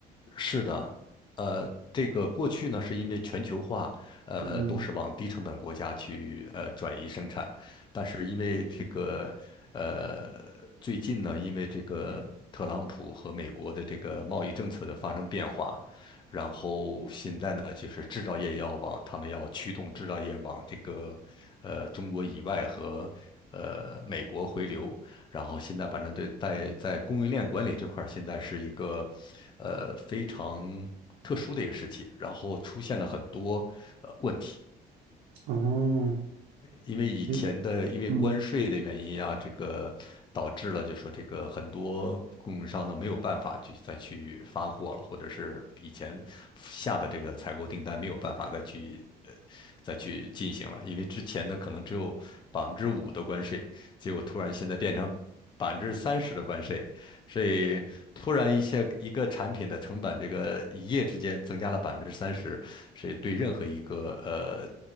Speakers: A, on the left; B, on the right.
A: 是的，呃，这个过去呢，是因为全球化，呃，
B: 嗯，
A: 都是往低成本国家去呃转移生产，但是因为这个呃最近呢，因为这个特朗普和美国的这个贸易政策的发生变化，然后现在呢，就是制造业要往他们要驱动制造业往这个呃中国以外和呃美国回流，然后现在反正对在在供应链管理这块儿，现在是一个呃非常特殊的一个时期，然后出现了很多呃问题，
B: 哦，
A: 因为以前的因为关税的原因啊，
B: 对，嗯
A: 这个导致了就说这个很多供应商呢没有办法去再去发货了，或者是以前下的这个采购订单没有办法再去。呃，再去进行了，因为之前呢可能只有百分之五的关税，结果突然现在变成百分之三十的关税，所以突然一些一个产品的成本，这个一夜之间增加了百分之三十，所以对任何一个呃